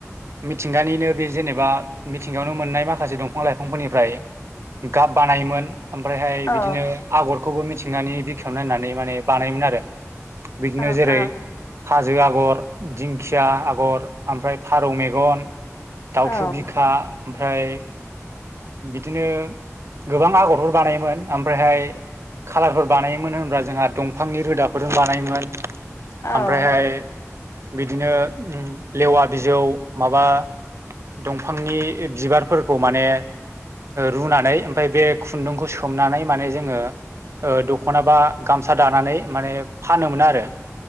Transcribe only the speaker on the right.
मिथिंगानिनो बे जेनेबा मिथिंगायावनो मोननाय माखासे दंफां लाइफांफोरनिफ्राय गाब बानायोमोन ओमफ्रायहाय
बिदिनो आगरखौबो मिथिंनानै बिखायाव नायनानै माने बानायोमोन आरो बिदिनो
जेरै
हाजो आगर दिंखिया आगर ओमफ्राय फारौ मेगन दाउथु
बिखा ओमफ्राय बिदिनो गोबां आगरफोर बानायोमोन ओमफ्रायहाय खाालारफोर बानायोमोन होनबा जोंहा दंफांनि रोदाफोरजों बानायोमोन
ओमफ्रायहाय बिदिनो लेवा बिजौ माबा दंफांनि बिबारफोरखौ माने रुनानै ओमफफ्राय बे खुन्दुंखौ सोमनानै माने जोंङो दख'ना बा गामसा दानानै माने फानोमोन आरो